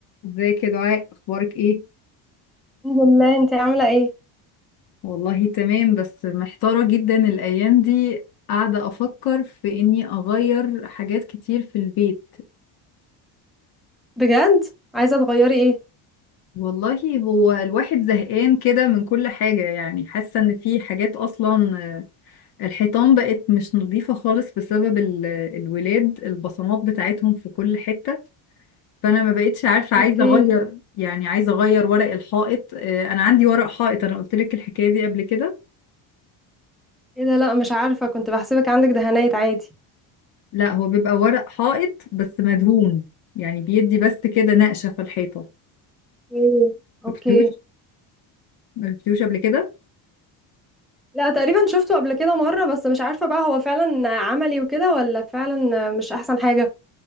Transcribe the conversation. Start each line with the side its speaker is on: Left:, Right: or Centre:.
Left: ازيك يا دعاء اخبارك ايه
Centre: الحمد لله انت عاملة ايه
Left: والله تمام بس محتارة جدا الايام دي قاعدة افكر في اني اغير حاجات كتير في البيت
Centre: بجد عايزة تغيري ايه
Left: والله هو الواحد زهقان كده من كل حاجة يعني حاسة ان في حاجات اصلا آه، الحيطان بقت مش نظيفة خالص بسبب ال- الولاد البصمات بتاعتهم في كل حتة فانا ما بقتش عارفة عايزة
Centre: اوكي
Left: اغير يعني عايزة اغير ورق الحائط آه، انا عندي ورق حائط انا قلت لك الحكاية دي قبل كده
Centre: ايه ده لا مش عارفة كنت بحسبك عندك دهانات عادي
Left: لا هو بيبقى ورق حائط بس مدهون يعني بيدي بس كده نقشة في الحيطة
Centre: ايه
Left: شفتوش
Centre: اوكي
Left: شفتوش قبل كده
Centre: لا تقريبا شفته قبل كده مرة بس مش عارفة بقى هو فعلا عملي وكده ولا فعلا مش احسن حاجة